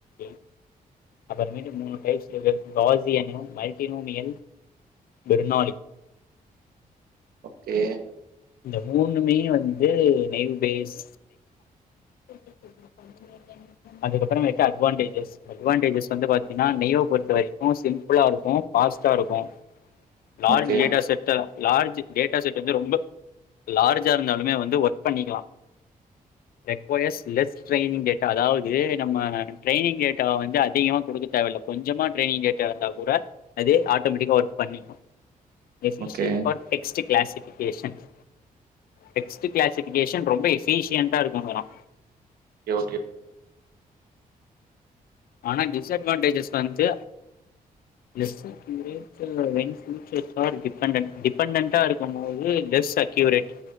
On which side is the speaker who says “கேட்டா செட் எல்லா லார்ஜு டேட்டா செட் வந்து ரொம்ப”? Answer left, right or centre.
Left